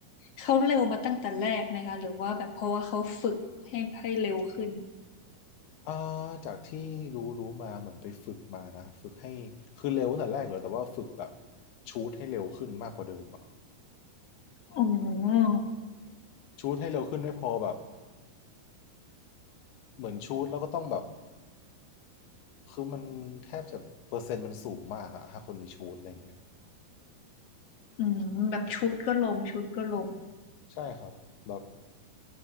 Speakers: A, on the left; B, on the left.
A: เขาเร็วมาตั้งแต่แรกไหมคะหรือว่าแบบเพราะว่าเขาฝึกให้ให้เร็วขึ้น
B: อ่าจากที่รู้รู้มาเหมือนไปฝึกมานะฝึกให้คือเร็วตั้งแต่แรกอยู่แล้วแต่ว่าฝึกแบบชูตให้เร็วขึ้นมากกว่าเดิมอะ
A: อ๋อ
B: ชูตให้เร็วขึ้นไม่พอแบบเหมือนชูตแล้วก็ต้องแบบคือมันแทบจะเปอร์เซ็นต์มันสูงมากอะถ้าคนนี้ชูตอะไรอย่างเงี้ย
A: อืมแบบชุดก็ลงชุดก็ลง
B: ใช่ครับแบบ